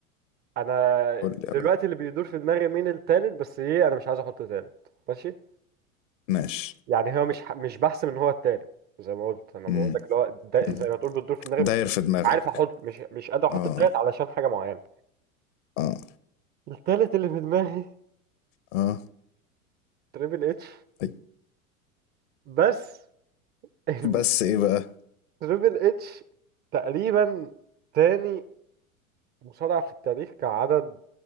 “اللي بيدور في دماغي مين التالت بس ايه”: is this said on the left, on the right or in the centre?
Right